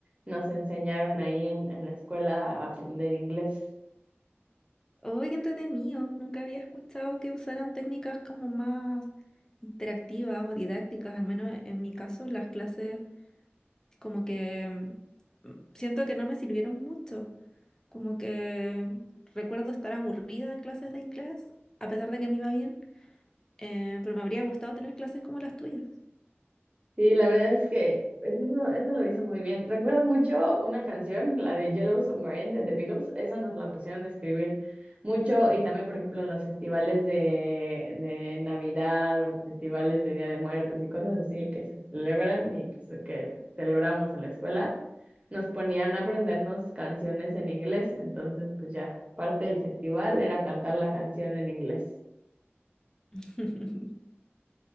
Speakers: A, on the right (about 30°); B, on the left (about 15°).
A: nos enseñaron ahí en, en la escuela a aprender inglés.
B: Oh, qué entretenido. Nunca había escuchado que usaran técnicas como más interactivas o didácticas. Al menos en mi caso, las clases como que mm, siento que no me sirvieron mucho. Como que recuerdo estar aburrida en clases de inglés, a pesar de que me iba bien, eh, pero me habría gustado tener clases como las tuyas.
A: Sí, la verdad es que pues, eso, eso lo hizo muy bien. Recuerdo mucho una canción, la de Yellow Submarine de The Beatles, esa nos la pusieron a escribir mucho y también, por ejemplo, en los festivales de, de Navidad o en los festivales de Día de Muertos y cosas así que se celebran y pues, que celebramos en la escuela, nos ponían a aprendernos canciones en inglés. Entonces, pues ya, parte del festival era cantar la canción en inglés.
B: <laughs>